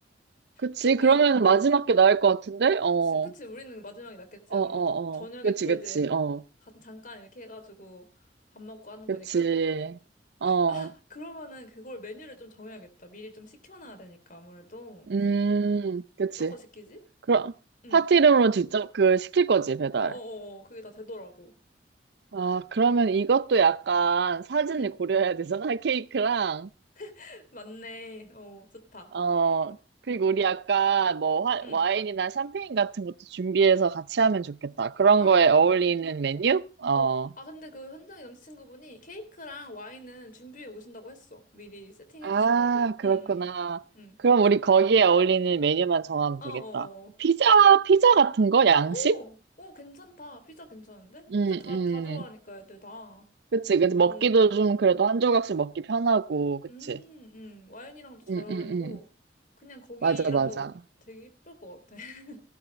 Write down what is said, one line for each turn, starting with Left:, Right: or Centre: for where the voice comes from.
Right: 그치.
Left: 거기,
Right: 그러면
Left: 어.
Right: 마지막 게 나을 것 같은데? 어,
Left: 그치,
Right: 어,
Left: 그치. 우리는 마지막이 낫겠지,
Right: 어,
Left: 아무래도.
Right: 어.
Left: 저녁에
Right: 그치,
Left: 또
Right: 그치.
Left: 이제
Right: 어,
Left: 가- 잠깐 이렇게 해가지고 밥 먹고 하는
Right: 그치.
Left: 거니까.
Right: 어,
Left: 아, 그러면은 그걸 메뉴를 좀 정해야겠다. 미리 좀 시켜놔야 되니까, 아무래도.
Right: 음, 그치.
Left: 어떤 거 시키지?
Right: 그럼,
Left: 응.
Right: 파티 이름으로 직접 그 시킬 거지, 배달.
Left: 어어어, 그게 다 되더라고.
Right: 아, 그러면 이것도 약간 사진을
Left: 응.
Right: 고려해야 되잖아, <laughs> 케이크랑.
Left: <laughs> 맞네. 어, 좋다.
Right: 어, 그리고 우리 약간 뭐 화-
Left: 응.
Right: 와인이나 샴페인 같은 것도 준비해서 같이 하면 좋겠다. 그런
Left: 아,
Right: 거에 어울리는 메뉴? 어.
Left: 어, 아, 근데 그 현장 남자친구분이 케이크랑 와인은 준비해 오신다고 했어. 미리 세팅해
Right: 아,
Left: 주신다고.
Right: 그렇구나.
Left: 응. 응.
Right: 그럼 우리 거기에 어울리는 메뉴만 정하면
Left: 어어어.
Right: 되겠다. 피자, 피자 같은 거? 양식?
Left: 오, 오, 괜찮다. 피자 괜찮은데?
Right: 음,
Left: 피자 다,
Right: 음.
Left: 다 좋아하니까 애들 다.
Right: 그치. 그래서 먹기도
Left: 오,
Right: 좀 그래도 한 조각씩 먹기 편하고, 그치.
Left: 음, 음. 와인이랑도 잘
Right: 음,
Left: 어울리고,
Right: 음, 음.
Left: 그냥 거기랑도
Right: 맞아, 맞아.
Left: 되게 이쁠 것 같아. <laughs>